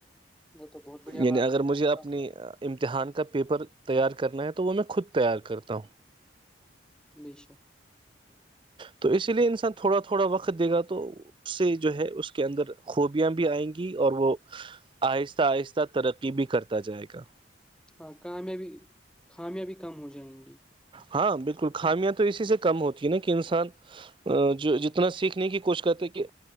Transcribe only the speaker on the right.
یعنی اگر
مجھے اپنی
امتحان کا پیپر تیار کرنا ہے تو وہ میں خود تیار کرتا ہوں
تو اسی لیے انسان تھوڑا تھوڑا وقت دے گا تو اس سے جو ہے اس کے اندر خوبیاں بھی آئیں گی اور وہ آہستہ آہستہ ترقی بھی کرتا جائے گا
ہاں بالکل خامیاں تو اسی سے کم ہوتی ہے نا کہ انسان جو جتنا سیکھنے کی کوشش کرتے کہ